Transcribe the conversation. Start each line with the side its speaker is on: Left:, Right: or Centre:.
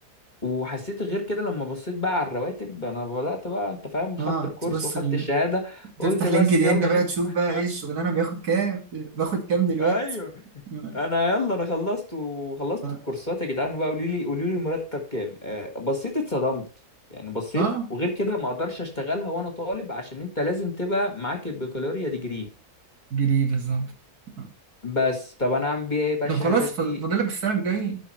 Left: وحسيت غير كده لما بصيت بقى على الرواتب انا بدات بقى انت فاهم خدت
Right: أه
Left: الكورس
Right: تبص
Left: واخدت
Right: ال...
Left: الشهاده قلت
Right: تفتح لينكد
Left: بس
Right: إن
Left: يلا
Right: بقى
Left: نفتح
Right: تشوف بقى إيه الشغلانة بياخد كام باخد كام دلوقتي
Left: <laughs> ايوه
Right: أه
Left: انا يلا انا خلصت وخلصت
Right: آه،
Left: الكورسات يا جدعان بقى قولي لي قولي لي المرتب كام آه، بصيت اتصدمت يعني بصيت
Right: آه،
Left: وغير كده ما اقدرش اشتغلها وانا طالب عشان انت لازم تبقى معاك البكالوريا ديجري
Right: جري بالظبط آه.
Left: بس طب انا اعمل بيها ايه بقى الشهادات
Right: طب خلاص
Left: دي
Right: ف- فاضلك السنة الجاية